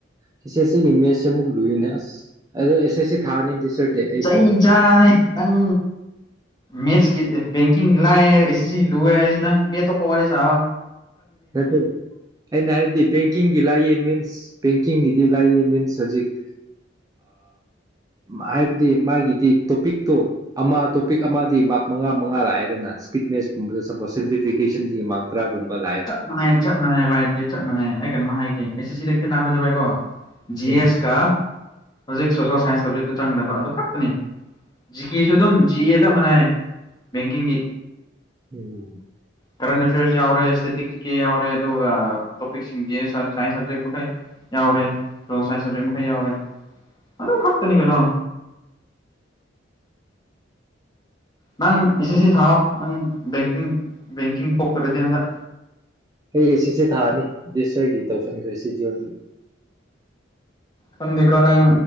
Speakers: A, on the right; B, on the left.
A: ꯑꯦꯁ ꯑꯦꯁ ꯁꯤꯒꯤ ꯏꯃꯦꯖꯁꯦ ꯑꯃꯨꯛ ꯂꯨꯏꯅꯦ ꯑꯁ ꯑꯗꯨꯣ ꯑꯦꯁ ꯑꯦꯁ ꯁꯤ ꯊꯥꯔꯅꯤ ꯇꯤꯆꯔꯗꯤ ꯑꯩ
B: ꯆꯩ
A: ꯐꯣꯝ
B: ꯆꯥꯅꯦ ꯅꯪ ꯃꯦꯠ ꯕꯦꯡꯀꯤꯡ ꯂꯥꯛꯑꯦꯔꯦ ꯑꯦꯁ ꯑꯦꯁ ꯁꯤ ꯂꯨꯦ ꯍꯥꯏꯔꯗꯤ ꯅꯪ ꯃꯦꯣꯞ ꯋꯥꯔꯤ ꯁꯥ
A: ꯅꯠꯇ꯭ꯔꯦ ꯑꯩꯅ ꯍꯥꯏꯕꯗꯤ ꯕꯦꯡꯀꯤꯡꯒꯤ ꯂꯥꯛꯑ ꯃꯦꯟ ꯕꯦꯡꯀꯤꯡꯒꯤꯗꯤ ꯂꯥꯛꯏ ꯃꯤꯟꯁ ꯍꯧꯖꯤꯛ ꯍꯥꯏꯕꯗꯤ ꯃꯥꯒꯤꯗꯤ ꯇꯣꯄꯤꯛꯇꯣ ꯑꯃ ꯇꯣꯄꯤꯛ ꯑꯃꯗꯤ ꯃꯥꯔꯛ ꯃꯉꯥ ꯃꯉꯥ ꯂꯥꯛꯑꯦꯗꯅ ꯏꯁ꯭ꯄꯤꯠ ꯃꯦꯁꯀꯨꯝꯕꯗ ꯁꯄꯣꯁ ꯁꯤꯝꯄ꯭ꯂꯤꯐꯤꯀꯦꯁꯟꯗꯒꯤ ꯃꯥꯔꯛ ꯇꯔꯥꯒꯨꯝꯕ ꯂꯦ
B: ꯆꯞ ꯃꯥꯟꯅꯩ ꯆꯞ ꯃꯥꯟꯅꯩ ꯚꯏꯗꯨꯗꯤ ꯆꯞ ꯃꯥꯟꯅꯩ ꯑꯩ ꯀꯩꯅꯣꯃ ꯍꯥꯏꯒꯦ ꯑꯦꯁꯦꯁꯤꯗꯔ ꯅꯝꯕꯖꯦ ꯥꯏꯀꯣ ꯖꯤ
A: ꯎꯝ
B: ꯑꯦꯁ ꯀꯥ ꯍꯧꯖꯤꯛ ꯁꯣꯁꯦꯜ ꯁꯥꯏꯟꯁ ꯁꯕꯖꯦꯛ ꯆꯪꯒꯗꯕ ꯑꯗꯨ ꯈꯛꯇꯅꯤ ꯖꯤ ꯀꯦꯁꯨ ꯑꯗꯨꯝ ꯖꯤ ꯑꯦ ꯆꯞ ꯃꯅꯌꯦ ꯕꯦꯡꯀꯤꯡꯒꯤ
A: ꯎꯝ
B: ꯀꯔꯦꯟꯠ ꯑꯐꯦꯔꯁ ꯌꯥꯎꯔꯦꯁ ꯏꯁꯦꯇꯤꯛꯦ ꯌꯥꯎꯔꯦ ꯑꯗꯨꯒ ꯇꯣꯄꯤꯛꯁꯤꯡꯁꯦ ꯁꯥꯏꯟꯁ ꯁꯕꯖꯦꯛ ꯃꯈꯩ ꯌꯥꯎꯔꯦ ꯁꯣꯥꯏꯟꯁ ꯁꯕꯖꯦꯛ ꯃꯈꯩ ꯌꯥꯎꯔꯦ ꯑꯗꯨ ꯈꯛꯇꯅꯤ ꯀꯩꯅꯣ ꯅꯪ ꯑꯦꯁ ꯁꯤ ꯊꯥꯎꯣ ꯅꯪ ꯕꯦꯡꯀꯤꯡ ꯕꯦꯡꯀꯤꯡ ꯊꯣꯛꯇꯔꯗꯤ ꯍꯟꯗꯛ
A: ꯑꯩ ꯑꯩ ꯁꯤ ꯁꯤ ꯊꯥꯅꯤ ꯁꯇꯔꯒꯤ ꯇꯧꯁꯤꯟꯈ꯭ꯔꯦ ꯁꯤ ꯦꯜꯒꯤ
B: ꯈꯪꯗꯦꯀꯣ ꯅꯪ